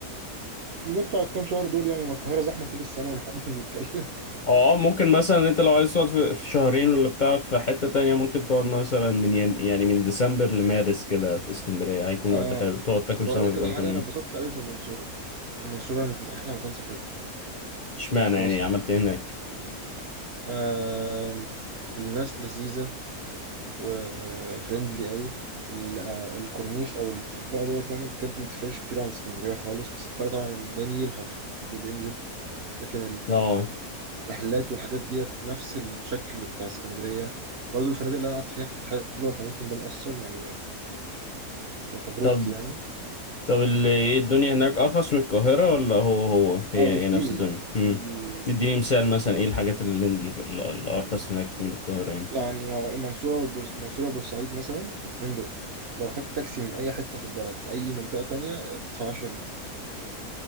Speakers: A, on the right (about 55°); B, on the left (about 45°).
A: نطلع الكام شهر دول يعني ما القاهرة زحمة طول السنة ومحدش بيتكلم
B: اه ممكن مثلا انت لو عايز تقعد في في شهرين ولا بتاع في حتة تانية ممكن تقعد مثلا من ين... يعني من ديسمبر لمارس كده في اسكندرية
A: <laughs>
B: هيكون
A: اه
B: وقت حلو تقعد تاكل
A: بقول
B: سمك
A: لك
B: بقى
A: على
B: كل
A: حاجة
B: يوم
A: أنا اتبسطت قوي في المنصورة المنصورة يمكن أحلى مكان سافرته
B: اشمعنى
A: في
B: يعني
A: مصر
B: عملت
A: يعني
B: ايه هناك
A: آه الناس لذيذة وفريندلي قوي ال- آه، الكورنيش أو المنطقة ديت يعني بجد ما تفرقش كتير عن اسكندرية خالص بس الفرق طبعا إن ده نيل فمفيش حد بينزل لكن
B: اه
A: المحلات والحاجات ديت نفس الشكل بتاع اسكندرية برضه الفنادق اللي أنا قعدت فيها كانت حلوة فممكن ده مأثر يعني في تجربتي
B: طب
A: يعني
B: طب ال- ايه الدنيا هناك ارخص من القاهرة ولا هو هو هي
A: اه
B: هي
A: بكتير
B: نفس الدنيا امم
A: بكتير
B: اديني مثال مثلا ايه
A: بكتير
B: الحاجات اللي اللي- الارخص هناك من القاهرة يعني
A: يعني ه- المنصورة والبورس... المنصورة وبورسعيد مثلا الاتنين دول لو خدت تاكسي من أي حتة في البلد لأي منطقة تانية تدفع 10 جنيه